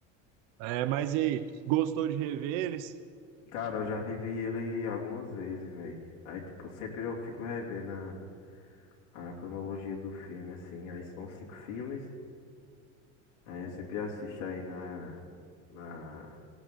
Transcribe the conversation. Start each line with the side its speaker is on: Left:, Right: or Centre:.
Right: É, mas e aí, gostou de rever eles?
Left: Cara, eu já revi ele algumas vezes, velho. Aí, tipo, sempre eu fico revendo a, a cronologia do filme, assim. Aí são cinco filmes. Aí eu sempre assisto aí na, na,